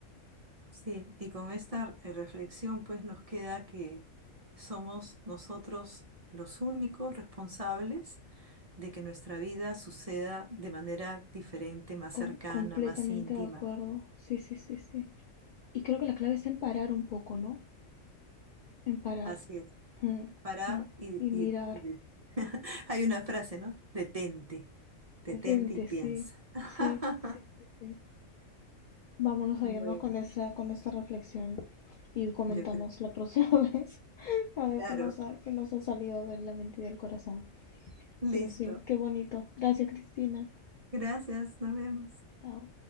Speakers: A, on the right; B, on the left.
A: Sí, y con esta eh, reflexión pues nos queda que somos nosotros los únicos responsables de que nuestra vida suceda de manera diferente, más
B: Com-
A: cercana,
B: completamente
A: más íntima.
B: de acuerdo, sí, sí, sí, sí. Y creo que la clave es en parar un poco, ¿no? En parar.
A: Así es.
B: Mm,
A: Parar
B: mm.
A: y,
B: Y
A: y-
B: mirar,
A: y de- <laughs> hay una frase, ¿no? Detente, detente
B: detente,
A: y piensa.
B: sí,
A: <laughs>
B: sí, sí, sí, sí. Vámonos a
A: Bueno,
B: irnos con esta, con esta reflexión y comentamos
A: yo creo.
B: la próxima <laughs> vez. A ver
A: Claro,
B: qué nos ha, qué nos ha salido de la mente y del corazón.
A: listo.
B: Pero sí, qué bonito. Gracias, Cristina.
A: Gracias, nos vemos.
B: Chao.